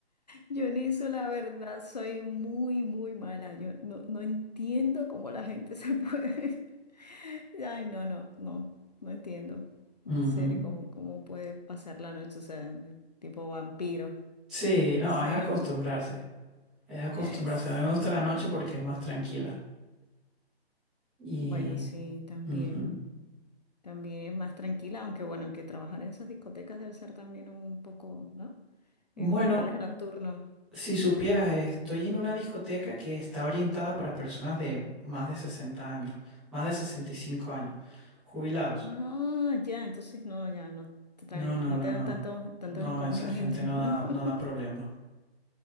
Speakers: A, on the left (about 40°); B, in the centre.
A: yo en eso la verdad soy muy, muy mala. Yo no, no entiendo cómo la gente se puede. <laughs> Ay, no, no, no, no entiendo. En
B: Ujú.
A: serio, cómo, cómo puede pasar la noche, o sea, tipo vampiro.
B: Sí,
A: No
B: no,
A: sé.
B: es acostumbrarse.
A: <laughs>
B: Es acostumbrarse.
A: Eh, sí.
B: A mí me gusta la noche porque es más tranquila. Y
A: Bueno, sí, también.
B: ujú.
A: También es más tranquila, aunque bueno, aunque trabajar en esas discotecas debe ser también un poco, ¿no?
B: Bueno,
A: En locales nocturnos.
B: Si supieras, estoy en una discoteca que está orientada para personas de más de 60 años, más de 65 años, jubilados.
A: Ah, ya, entonces no, ya no te traen,
B: No, no,
A: no
B: no,
A: te dan
B: no.
A: tantos, tantos
B: No,
A: inconvenientes,
B: esa gente no da,
A: ¿no? <laughs>
B: no da problema.